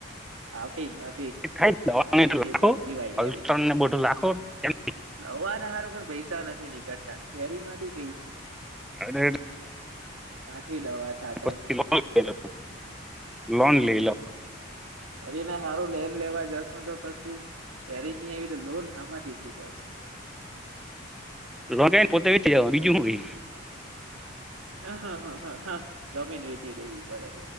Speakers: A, on the right (about 80°); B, in the centre.
A: આવતી જ નથી,
B: થાય
A: કેસર
B: દવાને તો
A: કેસર
B: લાખો
A: સિવાય કેરી,
B: અલ્ટ્રોન ને બધું લાખો એમ
A: દવાને હારું પણ પૈસા નથી, ની ડતા કેેરીમાંથી
B: અરે
A: કાંઠી દવા છાટે
B: પછીન લ લ લોન લઈ લવ <unintelligible>
A: કેરીને હારું લેન લેવા જશુ તો પસી કેરી ની આવી લોન હામાંથી ચુકવશો
B: રગ ને પોતે વીચ જવાનું બીજું હું ગય
A: હા હ હ હ હા જમીન વેચી દેવી પડે.